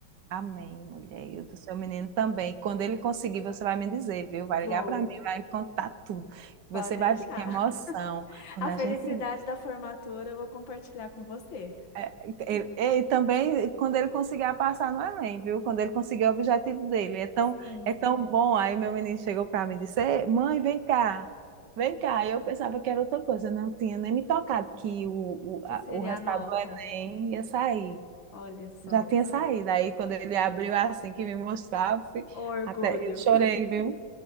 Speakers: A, on the right (about 70°); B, on the left (about 80°).
A: Amém, mulher. E o do seu menino também. Quando ele conseguir, você vai me dizer, viu? Vai
B: Vou,
A: ligar para mim, vai me contar tudo. Você
B: pode deixar.
A: vai ver que emoção.
B: <laughs>
A: Quando
B: A
A: a
B: felicidade
A: gente.
B: da formatura eu vou compartilhar com você.
A: é, é, ele- E também quando ele conseguir passar no Enem, viu? Quando ele conseguir o objetivo dele. É tão,
B: Sim,
A: é tão bom. Aí meu menino chegou para mim e disse: "Ei, Mãe, vem cá, vem cá. Eu pensava que era outra coisa. Eu não tinha nem me tocado que o, o,
B: que
A: a-
B: seria
A: o resultado
B: a nota.
A: do Enem ia sair.
B: Olha só,
A: Já tinha saído. Aí quando ele abriu assim que me mostrava, fui-
B: o orgulho,
A: até eu chorei, viu?